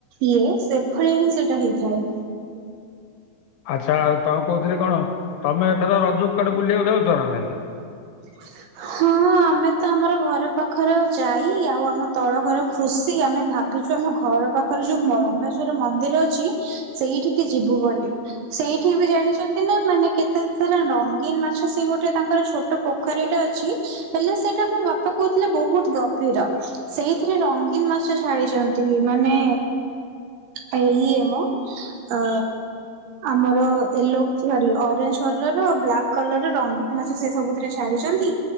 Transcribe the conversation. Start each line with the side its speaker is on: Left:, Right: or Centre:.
Right: ଇଏ ସେଭଳିଆ ହିଁ ସେଇଟା ହେଇଥାଏ।
Left: ଆଚ୍ଛା ଆଉ ତ କହୁଥିଲି କଣ ତମେ ଏଥର ରଜ କୁଆଡେ ବୁଲିବାକୁ ଯାଉଚ ନା ନାଇଁ?
Right: <inaudible> ହଁ ଆମେ ତ ଆମର ଘର ପାଖର ଜାଇ ଆଉ ଆମ ତଳ ଘର ଖୁସି ଆମେ ଭାବି ଚୁ ଆମ ଘର ପାଖରେ ଯୋଉ ବ୍ରହ୍ମେଶ୍ଵର ମନ୍ଦିର ଅଛି ସେଇଠିକି ଯିବୁ ବୋଲି। ସେଇଠି ବି ଜାଣିଚନ୍ତି ନା ମାନେ କେତେ ସାରା ରଙ୍ଗୀନ ମାଛ ସେଇ ଗୋଟେ ତାଙ୍କର ଛୋଟ ଟ ପୋଖରୀ ଟା ଅଛି ହେଲେ ସେଇଟା ମୋ ବାପା କହୁଥିଲେ ବହୁତ ଗଭୀର। ସେଇଥିରେ ରଙ୍ଗୀନ ମାଛ ଛାଡିଚନ୍ତି ମାନେ ଏ ଇଏ ମ ଆ ଆମର ୟେଲୋ ସରି ଅରେଞ୍ଜ କଲରର ବ୍ଲାକ୍ କଲରର ରଙ୍ଗୀନ ମାଛ ସେ ସବୁ ଛାଡିଚନ୍ତି